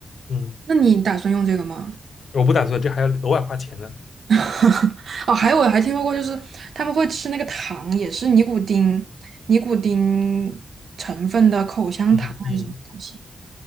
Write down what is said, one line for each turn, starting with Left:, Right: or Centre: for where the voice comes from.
Left: 嗯，
Right: 那你打算用这个吗？
Left: 我不打算，这还要额外花钱呢。
Right: <laughs> 哦，还有我还听说过，就是他们会吃那个糖，也是尼古丁、尼古丁成分的口香糖还是什么东西。
Left: 嗯嗯，